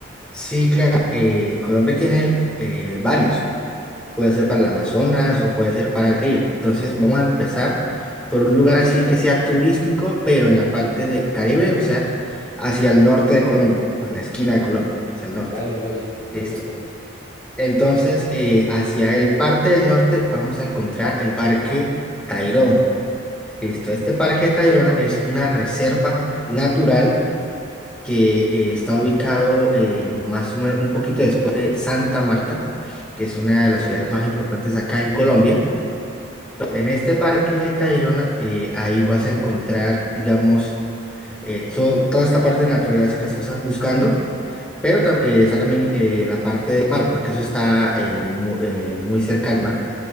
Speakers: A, in the centre; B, on the right.
A: Sí, claro. eh, Colombia tiene eh, varios. puede ser para el Amazonas o puede ser para el río. Entonces vamos a empezar por un lugar así que sea turístico, pero en la parte del Caribe, o sea, hacia el norte de Colombia, a la esquina de Colombia, hacia el norte.
B: Vale, vale,
A: Listo.
B: me gusta.
A: Entonces, eh, hacia el parte del norte vamos a encontrar el Parque Tayrona. Listo, este Parque Tayrona es una reserva natural que eh, está ubicado eh, más o menos un poquito después de Santa Marta, que es una de las ciudades más importantes acá en Colombia. En este parque Tayrona, eh, ahí vas a encontrar, digamos, eh, to- toda esta parte de naturaleza que tú estás buscando, pero tam- eh, está también eh, la parte del mar, porque eso está eh, mu- eh, muy cerca al mar,